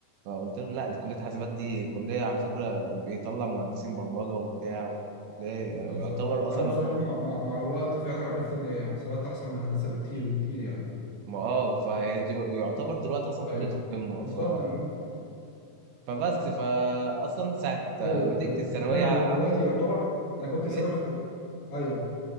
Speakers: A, on the right; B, on the left.
A: فقلت لهم لا دي كليه حاسبات دي كليه على فكره بيطلع مهندسين برمجه وبتاع وكلية-
B: بالظبط
A: يعتبر اصلا
B: انا
A: من
B: بصراحه
A: كليه
B: مع, مع, مع الوقت فعلا عرفت ان حسابات احسن من هندسه بكتير بكتير يعني
A: ما اه فهي دي- يعتبر دلوقتي اصلا كليه
B: ايوه
A: القمه
B: بالظبط
A: ف
B: انا بقول-
A: فبس فاصلا ساعه آه،
B: ايوه
A: نتيجتي
B: أنا
A: الثانويه
B: فعلا دلو-
A: العامه
B: دلوقتي يعتبر انا كنت
A: ايه
B: سامح ايوه